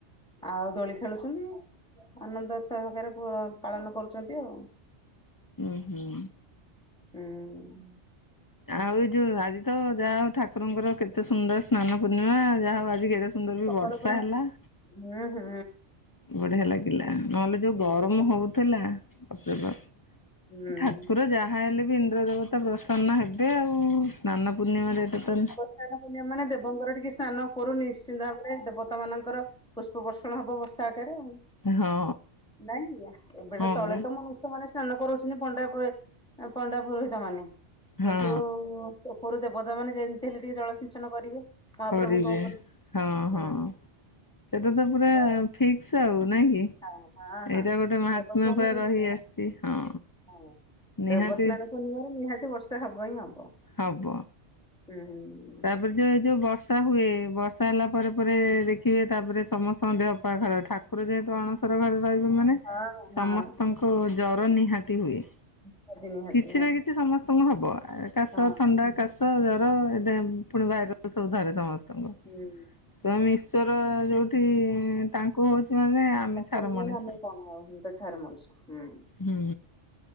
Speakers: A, in the centre; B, on the left (about 35°).
A: ଆଉ ଦୋଳି ଖେଳୁଛନ୍ତି, ଆନନ୍ଦ ଉଛଵରେ <unintelligible> ପାଳନ କରୁଛନ୍ତି ଆଉ
B: ହୁଁ ହୁଁ।
A: ହୁଁ
B: ଆଉ ଏଇ ଯୋଉ ଆଜି ତ ଯାହା ହଉ ଠାକୁରଙ୍କର କେ ଏତେ ସୁନ୍ଦର ସ୍ନାନ ପୂର୍ଣ୍ଣିମା। ଯାହା ହଉ ଆଜି କେଡେ ସୁନ୍ଦର
A: ସକାଳୁ
B: ବି ବର୍ଷା
A: ପୁରା
B: ହେଲା।
A: ହୁଁ ହୁଁ
B: ବଢିଆ ଲାଗିଲା ନହେଲେ ଯୋଉ
A: ଏଇ
B: ଗରମ
A: ଗୁଳୁଗୁଳି
B: ହଉଥିଲା। ଅକ୍ଟବର,
A: ହୁଁ
B: ଠାକୁର ଯାହା ହେଲେ ବି ଇନ୍ଦ୍ର ଦେବତା ପ୍ରସନ୍ନ ହେବେ ଆଉ, ନନା ପୂର୍ଣ୍ଣିମା ରେ ଏଟା ତ,
A: ସ୍ନାନ ପୂର୍ଣମା ମାନେ ଦେବଙ୍କର ଟିକେ ସ୍ନାନ କରୁ ନିଶ୍ଚିନ୍ତ ଭାବରେ ଦେବତା ମାନଙ୍କର। ପୁଷ୍ପ ବର୍ଷଣ ହବ ବର୍ଷା ଆକାରରେ। ଆଉ
B: ହଁ
A: ନାଇଁ ଏବେତ
B: ହଁ
A: ତଳେ
B: ପରା
A: ତମ <unintelligible> ମାନେ ସ୍ନାନ କରୁଛନ୍ତି ପଣ୍ଡା ପଣ୍ଡା ପୁରୋହିତ ମାନେ କିନ୍ତୁ
B: ହଁ
A: ଉପରୁ ଦେବତା ମାନେ ଯେମିତି ହେଲେ ଟିକେ ଜଳ ସିଞ୍ଚନ କରିବେ। ମହାପ୍ରଭୁଙ୍କ
B: କରିବେ
A: ଉପରେ
B: ହଁ
A: ହୁଁ
B: ହଁ ସେଟା ତ ପୁରା
A: ଏ-
B: ଫିକ୍ସ ଆଉ ନାଇଁ କି। ଏଇଟା
A: ହଁ ହଁ। ହଁ
B: ଗୋଟେ ମାହାତ୍ମ୍ୟ
A: ଦେବସ୍ନାନ
B: ପୁରା
A: ପୂର୍ଣ୍ଣିମା
B: ରହି ଆସିଛି ହଁ।
A: ହଁ
B: ନିହାତି
A: ଦେବସ୍ନାନ ପୂର୍ଣ୍ଣିମାରେ ନିହାତି ବର୍ଷା ହବ ହିଁ ହବ।
B: ହବ
A: ହୁଁ।
B: ତାପରେ ଯୋଉ ଏଇ ଯୋଉ ବର୍ଷା ହୁଏ ବର୍ଷା ହେଲା ପରେ ପରେ ଦେଖିବେ ତାପରେ ସମସ୍ତଙ୍କ ଦେହ ପାଖର ଠାକୁ ଠାକୁର ଯେହେତୁ ଅଣସର ଘରେ ରହିବେ ମାନେ
A: ହଁ
B: ସମସ୍ତଙ୍କ
A: ହଁ
B: ଓ ଜର ନିହାତି ହୁଏ
A: ନିହାତି ନିହାତି
B: କିଛି
A: ନିହାତି
B: ନା କିଛି ସମସ୍ତଙ୍କୁ ହବ। କାଶ
A: ହଁ।
B: ଥଣ୍ଡା କାଶ ଜର ଏ ପୁଣି ବାଇ ସବୁ ଧରେ ସମସ୍ତଙ୍କୁ।
A: ହୁଁ
B: ସ୍ୱାମୀ ଈଶ୍ୱର ଯୋଉଠି। ତାଙ୍କୁ ହଉଛି ମାନେ ଆମେ
A: ତାଙ୍କଠୁ
B: ଛାର ମଣିଷ
A: ମାନେ ଆମେ କଣ ଆଉ ଆମେ ତ ଛାର ମଣିଷ ହୁଁ।
B: ହୁଁ।